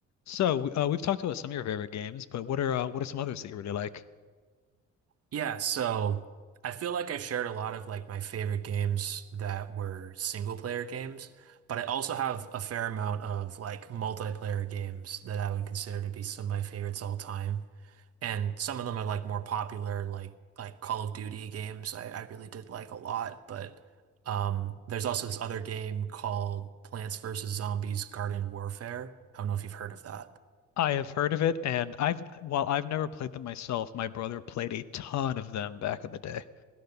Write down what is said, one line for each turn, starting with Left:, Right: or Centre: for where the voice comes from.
Left: So uh, we've talked about some of your favorite games, but what are uh, what are some others that you really like?
Right: Yeah, so I feel like I've shared a lot of like my favorite games that were single player games, but I also have a fair amount of like multiplayer games that I would consider to be some of my favorites all time. And some of them are like more popular, like like Call of Duty games I, I really did like a lot. But um there's also this other game called Plants vs. Zombies Garden Warfare. I don't know if you've heard of that.
Left: I have heard of it, and I've while I've never played them myself, my brother played a ton of them back in the day.